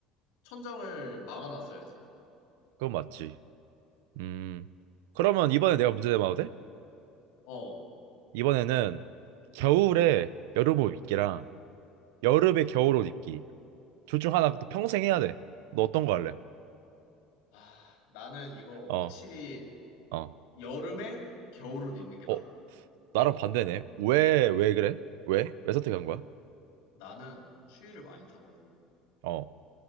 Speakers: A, on the left; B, on the right.
A: 천장을 막아 놨어야지.
B: 그건 맞지. 음. 그러면 이번에 내가 문제 내봐도 돼?
A: 어.
B: 이번에는 겨울에 여름옷 입기랑 여름에 겨울옷 입기. 둘 중 하나 또 평생 해야 돼. 너 어떤 거 할래?
A: 아, 나는 이거
B: 어,
A: 확실히
B: 어.
A: 여름에 겨울옷 입는 게 나아.
B: 어, 나랑 반대네. 왜, 왜 그래? 왜? 왜 선택한 거야?
A: 나는 추위를 많이 타거든.
B: 어,